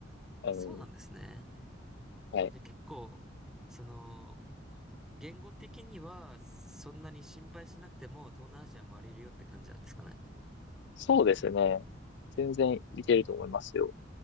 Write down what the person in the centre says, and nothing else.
そうなんですね。
じゃあ結構、その、言語的には、そんなに心配しなくても、東南アジア回れるよって感じなんですかね。
えー